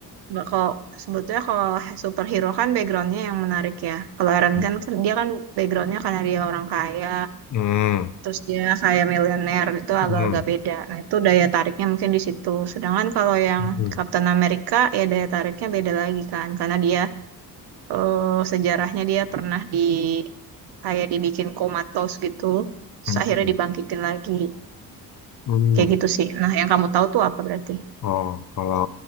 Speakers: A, on the right; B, on the left.
A: nggak kalau sebetulnya kalau superhero kan backgroundnya yang menarik ya. Kalau Iron
B: Hmm,
A: Man kan dia kan backgroundnya karena dia orang kaya,
B: hmm,
A: terus dia kayak milenial itu
B: hmm,
A: agak-agak beda. Nah, itu daya tariknya mungkin di situ. Sedangkan kalau yang
B: hmm,
A: Captain America ya daya tariknya beda lagi kan karena dia eh, sejarahnya dia pernah di kayak dibikin komatos gitu, terus
B: hmm,
A: akhirnya dibangkitin lagi.
B: hmm.
A: Kayak gitu sih. Nah, yang kamu tahu tuh apa berarti?
B: Oh, kalau